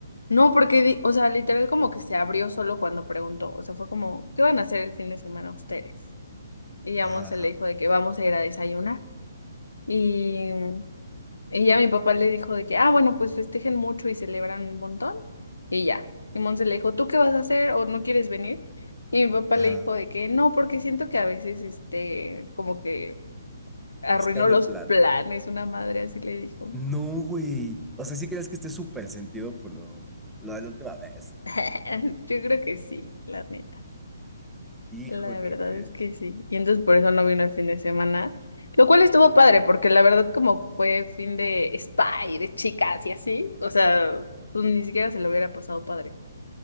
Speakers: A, on the left; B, in the centre.
A: No, porque, di- o sea, literal como que se abrió solo cuando preguntó, o sea, fue como, ¿qué van a hacer el fin de semana ustedes? Y a
B: Ajá,
A: Monse
B: ajá,
A: le dijo de que vamos a ir a desayunar. Y, y ya mi papá le dijo de que, ah, bueno, pues festejen mucho y celebran un montón. Y ya. Y Monse le dijo, ¿tú qué vas a hacer o no quieres venir? Y mi papá
B: ajá.
A: le dijo de que no, porque siento que a veces, este, como que arruinó
B: Les cago
A: los
B: el plan.
A: planes, una madre así le dijo.
B: No, güey. O sea, sí crees que esté súper sentido por lo, lo de la última vez.
A: <laughs> Yo creo que sí, la neta.
B: Híjole,
A: La verdad
B: güey.
A: es que sí. Y entonces por eso no vino el fin de semana, lo cual estuvo padre, porque la verdad como fue fin de spa y de chicas y así, o sea, pues ni siquiera se lo hubiera pasado padre.